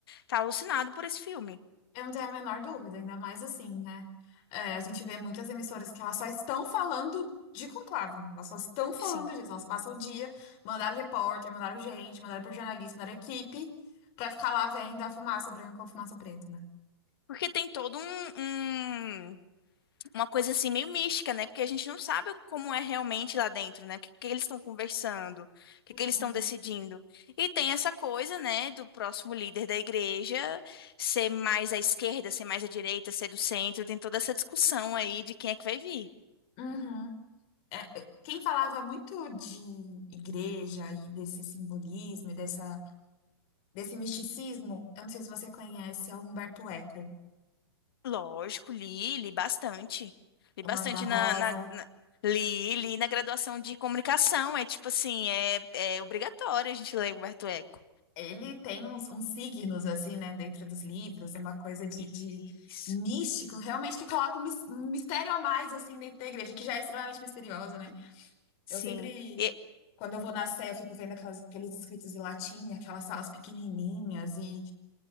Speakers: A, on the left (about 60°); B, on the left (about 40°).
A: tá alucinado por esse filme,
B: Eu não tenho a menor dúvida, ainda mais assim, né? É, a gente vê muitas emissoras que elas só estão falando de conclave, né? Elas só estão falando
A: sim.
B: disso. Elas passam o dia, mandaram repórter, mandaram gente, mandaram pro jornalista, mandaram equipe, pra ficar lá vendo a fumaça branca ou fumaça preta, né?
A: Porque tem todo um, um- uma coisa assim meio mística, né? Porque a gente não sabe como é realmente lá dentro, né? O que, que eles estão conversando, o que, que eles
B: Hum.
A: estão decidindo. E tem essa coisa, né, do próximo líder da igreja ser mais à esquerda, ser mais à direita, ser do centro. Tem toda essa discussão aí de quem é que vai vir.
B: Uhum. É, quem falava muito de igreja e desse simbolismo e dessa, desse misticismo, eu não sei se você conhece, é o Humberto Eco,
A: Lógico, li, li bastante. Li
B: O
A: bastante
B: Nome da Rosa.
A: na, na, na- li, li na graduação de comunicação. É tipo assim, é, é obrigatório a gente ler Humberto Eco.
B: Ele tem uns, uns signos, assim, né, dentro dos livros, uma coisa de,
A: Isso.
B: de místico, realmente que coloca um mis- um mistério a mais, assim, dentro da igreja, que já é extremamente misteriosa, né?
A: Sim.
B: Eu sempre,
A: E-
B: quando eu vou na Sé, eu fico vendo aquelas- aqueles escritos em latim, aquelas salas pequenininhas, e